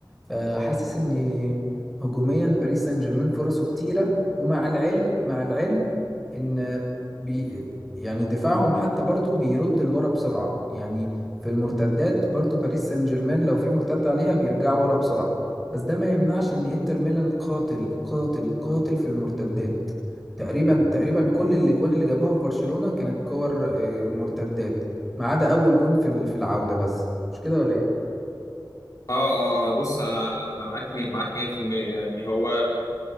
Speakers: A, in the centre; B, on the left (about 45°).
A: فحاسس إن هجوميا باريس سان جيرمان فرصه كتيرة ومع العلم مع العلم إن بي يعني دفاعهم حتى برضو بيرد لورا بسرعة يعني في المرتدات برضو باريس سان جيرمان لو في مرتدة عليها بيرجعوا ورا بسرعة بس ده ما يمنعش ان انتر ميلان قاتل قاتل قاتل في المرتدات تقريبا تقريبا كل الاجوان اللي جابوها في برشلونة كانت كور آه، مرتدات ما عدا اول جون في ال- في العودة بس مش كده ولا ايه
B: اه اه آه، بص انا انا معاك م- معاك 100% يعني هو